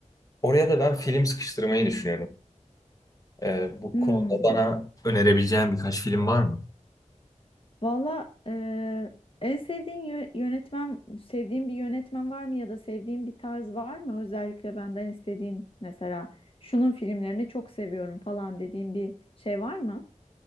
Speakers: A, on the left; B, on the left.
A: Oraya da ben film sıkıştırmayı düşünüyorum. Ee, bu
B: Hmm.
A: konuda bana önerebileceğin birkaç film var mı?
B: Valla eee, en sevdiğin yö- yönetmen, sevdiğin bir yönetmen var mı ya da sevdiğin bir tarz var mı? Özellikle benden istediğin mesela şunun filmlerini çok seviyorum falan dediğin bir şey var mı?